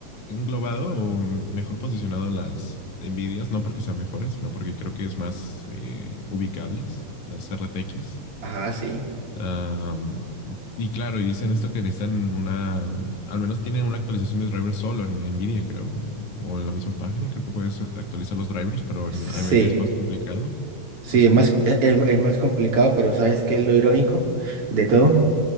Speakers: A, on the left; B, on the right.
A: englobado o mejor posicionado las Nvidias, no porque sean mejores, sino porque creo que es más eh, ubicables las RTX.
B: Ajá, sí.
A: Ah, y claro, y dicen esto que necesitan una, al menos tienen una actualización de drivers solo en Nvidia, creo, o en la misma página, creo que puedes actualizar los drivers, pero en
B: Sí,
A: AMD es más complicado.
B: sí,
A: ¿Eso
B: es más,
A: he visto?
B: es, es- es más complicado, pero ¿sabes qué es lo irónico de todo?